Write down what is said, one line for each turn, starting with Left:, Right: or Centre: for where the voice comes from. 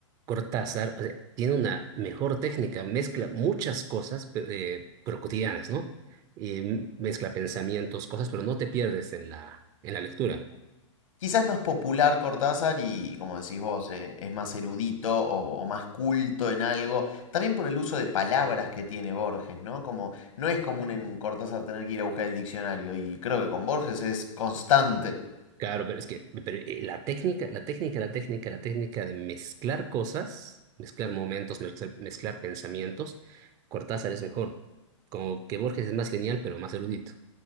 Right: Cortázar, o sea, tiene una mejor técnica, mezcla muchas cosas, pe- eh, pero cotidianas, ¿no? Y m- mezcla pensamientos, cosas, pero no te pierdes en la, en la lectura.
Left: Quizás es más popular Cortázar y, como decís vos, eh, es más erudito o, o más culto en algo. También por el uso de palabras que tiene Borges, ¿no? Como no es común en Cortázar tener que ir a buscar el diccionario y creo que con Borges es constante.
Right: Claro, pero es que pero, eh, la técnica, la técnica, la técnica, la técnica de mezclar cosas, mezclar momentos, mezclar, mezclar pensamientos, Cortázar es mejor. Como que Borges es más lineal, pero más erudito.